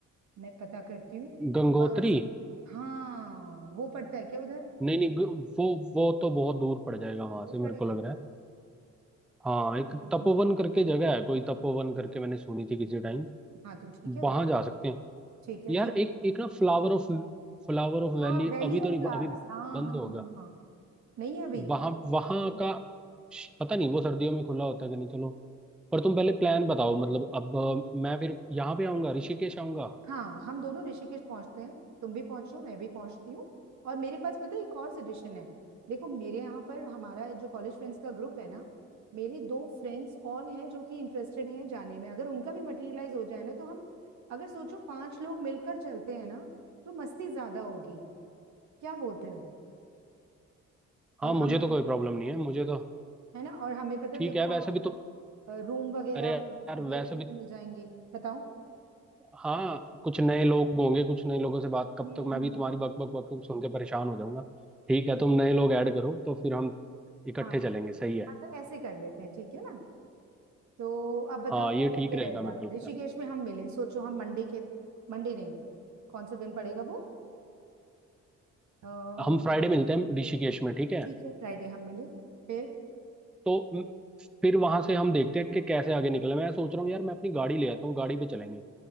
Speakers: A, on the right (about 65°); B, in the centre.
A: मैं पता करती हूँ
B: गंगोत्री
A: वहां से हाँ वो पड़ता है क्या उधर
B: नहीं नहीं ग- वो वो तो बहुत दूर पड़ जाएगा वहां
A: दूर
B: से मेरे
A: पड़ेगा
B: को लग रहा है हाँ एक
A: हम्म।
B: तपोवन
A: हम्म।
B: करके जगह है कोई तपोवन करके मैंने सुनी थी किसी टाइम
A: हाँ तो ठीक है
B: वहां
A: वहां
B: जा सकते हैं
A: ठीक है
B: यार
A: ठीक है
B: एक एक ना फ्लावर ऑफ फ्लावर ऑफ
A: हाँ
B: वैली
A: वैली
B: अभी तो
A: ऑफ
B: नहीं
A: फ्लावर्स
B: अभी
A: हाँ
B: बंद
A: हाँ हाँ
B: होगा
A: हाँ। नहीं है अभी
B: वहां वहां का श- पता नहीं वो सर्दियों में खुला होता है कि नहीं चलो पर तुम पहले प्लान बताओ मतलब अब अ, मैं फिर यहाँ पे आऊंगा ऋषिकेश आऊंगा
A: हाँ हम दोनों ऋषिकेश पहुंचते हैं तुम भी पहुंचो मैं भी पहुंचती हूँ और मेरे पास पता है एक और सजेशन है देखो मेरे यहाँ पर हमारा जो कॉलेज फ्रेंड्स का ग्रुप है ना मेरे दो फ्रेंड्स और हैं जो कि इंटरेस्टेड हैं जाने में अगर उनका भी मटेरियलाइज हो जाए ना तो हम अगर सोचो पांच लोग मिलकर चलते हैं ना तो मस्ती ज्यादा होगी क्या बोलते हो और
B: हाँ मुझे
A: हम
B: तो कोई प्रॉब्लम नहीं है मुझे तो
A: है ना और हमें पता
B: ठीक
A: है देखो
B: है वैसे
A: वहाँ
B: भी तुम
A: रूम वगैरह
B: अरे यार
A: सब भी
B: वैसे
A: अच्छे
B: भी
A: से मिल जाएंगे बताओ
B: हाँ कुछ नए लोग होंगे कुछ नए लोगों से बात कब
A: हम्म
B: तक मैं भी तुम्हारी बक बक बक सुन के परेशान हो जाऊंगा ठीक है तुम नए लोग ऐड करो तो फिर हम इकट्ठे
A: हाँ
B: चलेंगे सही है
A: हाँ तो ऐसे कर लेते हैं ठीक है ना तो आप बताओ
B: हाँ ये
A: फिर कैसे
B: ठीक रहेगा
A: रहेगा
B: मेरे को लगता
A: ऋषिकेश में हम मिले सोचो हम मंडे के मंडे नहीं कौन सा दिन पड़ेगा वो फ्राइडे
B: है हम फ्राइडे मिलते हैं ऋषिकेश में ठीक है
A: ठीक है फ्राइडे हम मिले फिर
B: तो म, फिर वहां से हम देखते हैं कि कैसे आगे निकले मैं सोच रहा हूँ यार मैं अपनी गाड़ी ले आता हूँ गाड़ी पे चलेंगे